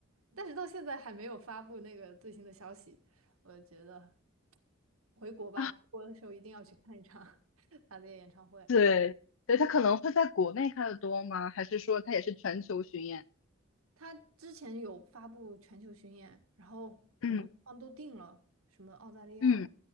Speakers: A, on the right (about 85°); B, on the left (about 70°).
A: 但是到现在还没有发布那个最新的消息。我觉得回国吧，
B: 啊，
A: 回国的时候一定要去看一场 <laughs> 他的演唱会。
B: 对，对，他可能会在国内开的多吗？还是说他也是全球巡演？
A: 他之前有发布全球巡演，然后很多地方都定了，
B: 嗯
A: 什么澳大利亚，
B: 嗯，